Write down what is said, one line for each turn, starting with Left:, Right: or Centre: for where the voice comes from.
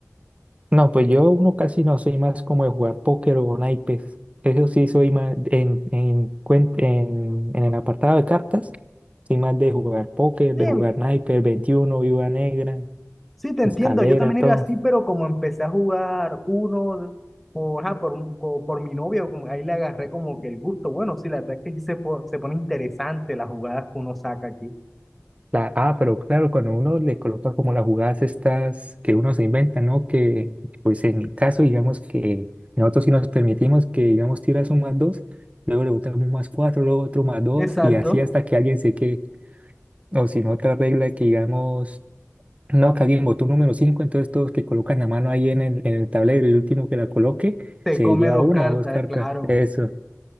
Right: No, pues yo uno casi no soy más como de jugar póker o naipes. Eso sí soy más en, en, cuen- en, en el apartado de cartas. Soy más de jugar póker,
Centre: Sí,
Right: de jugar naipes, veintiuno viuda negra,
Centre: Sí, te
Right: escalera,
Centre: entiendo. Yo también
Right: todo.
Centre: era así, pero como empecé a jugar uno por, ajá, por, un- co- por mi novia, como, ahí le agarré como que el gusto. Bueno, sí, la verdad es que sí se, po- se pone interesante las jugadas que uno saca aquí.
Right: La- ah, pero claro, cuando uno le coloca como las jugadas estas que uno se inventa, ¿no? Que pues en mi caso, digamos que nosotros sí nos permitimos que, digamos, tiras un más dos, luego le botamos un más cuatro, luego otro más dos,
Centre: Exacto.
Right: y así hasta que alguien se quede. O si no, otra regla que digamos No, que alguien botó un número 5. entonces todos que colocan la mano ahí en el, en el tablero y el último que la coloque
Centre: Te
Right: se
Centre: come
Right: lleva
Centre: dos
Right: una
Centre: cartas,
Right: o dos cartas.
Centre: claro.
Right: Eso.